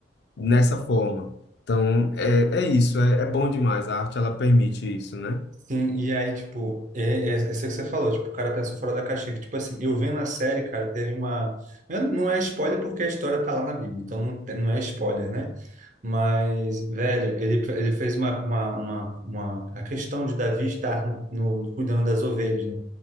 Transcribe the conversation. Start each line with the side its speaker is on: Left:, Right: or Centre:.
Left: nessa forma. Então, é, é isso, é, é bom demais. A arte, ela permite isso, né?
Right: Sim, e aí, tipo, é, é, essa que você falou, tipo, o cara pensou fora da caixinha, que, tipo assim, eu vendo a série, cara, teve uma... eu- Não é spoiler porque a história tá lá na Bíblia, então não, tem- não é spoiler, né? Mas, velho, ele, ele fez uma, uma, uma, uma... A questão de Davi estar no, no- cuidando das ovelhas, né?